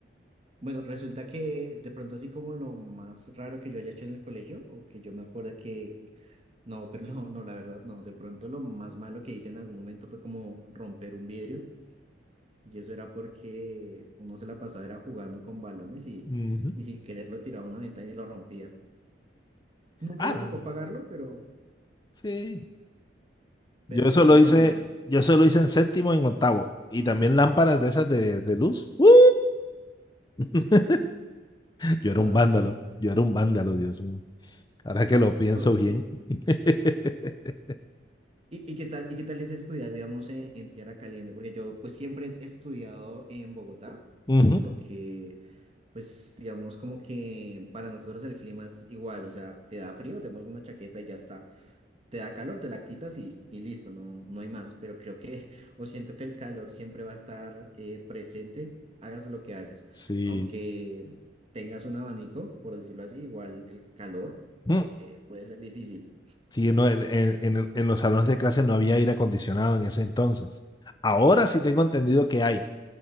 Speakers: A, on the right; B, on the left.
A: bueno, resulta que de pronto así como lo más raro que yo haya hecho en el colegio, o que yo me acuerdo que, no, <laughs> pero no, no, la verdad, no, de pronto lo más malo que hice en algún momento fue como romper un vidrio, y eso era porque uno se la pasaba era jugando con balones y,
B: <laughs> Ujú.
A: y sin querer lo tiraba a una ventana y lo rompía. Nunca
B: Ah,
A: me
B: no,
A: tocó pagarlo, pero,
B: Sí. Yo
A: pero
B: eso
A: fue como
B: lo hice,
A: lo más,
B: yo eso lo hice en séptimo y en octavo. Y también lámparas de esas de, de luz. ¡Uf! <laughs> Yo
A: todas,
B: era un vándalo, yo era un vándalo, Dios mío. Ahora que lo pienso
A: <laughs> ok.
B: bien. <laughs>
A: ¿Y, y qué tal, y qué tal es estudiar, digamos, en, en tierra caliente? Porque yo, pues, siempre he estudiado en Bogotá,
B: Ujú.
A: por lo que, pues, digamos, como que para nosotros el clima es igual, o sea, te da frío, te pones una chaqueta y ya está. Te da calor, te la quitas y, y listo, no, no hay más. Pero creo que, <laughs> o siento que el calor siempre va a estar eh, presente, hagas lo que hagas.
B: Sí.
A: Aunque tengas un abanico, por decirlo así, igual el calor
B: Mm.
A: eh, eh, puede ser difícil.
B: Sí, no, en, en- en- en los salones de clase no había aire acondicionado en ese entonces. Ahora sí tengo entendido que hay,